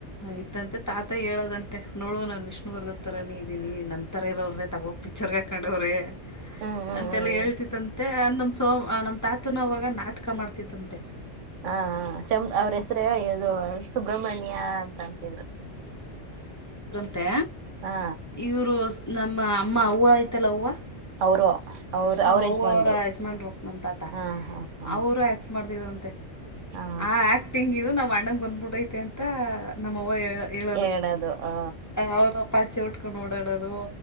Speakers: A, on the left (about 25°); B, on the right (about 80°).
A: ಆಯ್ತಂತೆ ತಾತ ಹೇಳದಂತೆ ನೋಡುವ ನಾನ್ ವಿಷ್ಣುವರ್ದತ್ತರನ ಇದ್ದೀನಿ ನಂತರ ಇರೋರು ತಾಪ ಪಿಚರ್ ಕಖಾಂಡವರೆ
B: ಹ್ಮ್ ಹ್ಮ್
A: ಅಂತೆಲ್ಲ
B: ಹ್ಮ್
A: ಹೇಳ್ತತ್ತಂತೆ ಅ ನಮ್ ಸೋಮ ನಮ್ ತಾತನ ಅವಾಗ ನಾಟಕ ಮಾಡ್ತತ್ತಂತೆ
B: ಹಾ ಶ ಅವ್ರ ಹೆಸ್ರೇ ಇದು ಸುಬ್ರಹ್ಮಣ್ಯ ಯಾ ಅಂತ ಅಂತಿದ್ರು
A: ಮತ್ತೆ
B: ಹಾ
A: ಇವರು ನಮ್ಮ ಅಮ್ಮ ಅವ್ವ ಆಯ್ತಲ್ಲ ಅವ್ವ
B: ಅವರು ಅವ್ರ
A: ಹ
B: ಅವ್ರ
A: ಅವರ
B: ಯಜಮಾನ್ರು
A: ಯಜ್ಮಾನ್ರು ನಮ್ ತಾತಾ
B: ಹಾ ಹಾ ಹಾ
A: ಅವರು ಯಾಕ್ಟ್ ಮಾಡ್ತಿದ್ರು
B: ಹಾ
A: ಆ ಆಕ್ಟಿಂಗ್ ಇದು ನಾವ್ ಅಣ್ಣಂಗ ಬಂದ್ಬಿಡೈತೆ ಅಂತ ನಮ್ಮವ ಹೇಳ ಹೇಳೋದು
B: ಹೇಳದು ಆ
A: ಅವರುಪ್ಪ ಅಚ್ಚೆ ಉಟ್ಕೊಂಡು ಓಡಾಡೋದು